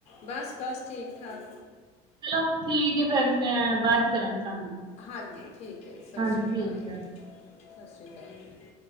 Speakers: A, on the left; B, on the right.
A: ਬਸ-ਬਸ ਠੀਕ ਠਾਕ।
B: ਚਲੋ ਠੀਕ ਹੈ ਫਿਰ ਮੈਂ ਬਾਦ 'ਚ ਕਰਾਂਗੀ ਤੁਹਾਨੂੰ
A: ਹਾਂਜੀ ਠੀਕ ਹੈ ਸਤਿ
B: ਹਾਂਜੀ
A: ਸ੍ਰੀ ਅਕਾਲ
B: ਠੀਕ ਆ
A: ਸਤਿ ਸ੍ਰੀ ਅਕਾਲ।